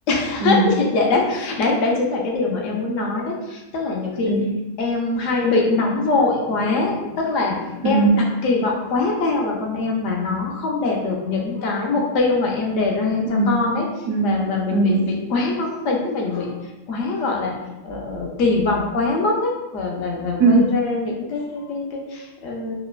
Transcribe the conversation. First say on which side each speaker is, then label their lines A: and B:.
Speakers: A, on the left; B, on the right.
A: hết
B: ừ
A: <laughs> dạ đấy đấy đấy chính là cái điều mà em muốn nói đấy tức là nhiều khi
B: ừ
A: em hay bị nóng vội quá tức là
B: ừ
A: em đặt kỳ vọng quá cao vào con em mà nó không đạt được những cái mục tiêu mà em đề ra
B: ừ
A: cho con ấy
B: ừ
A: và và mình
B: ừ
A: bị bị quá nóng tính mình bị quá gọi là ờ, kỳ vọng quá mức ấy và, và và gây
B: ừ
A: ra những cái cái cái cái ờ,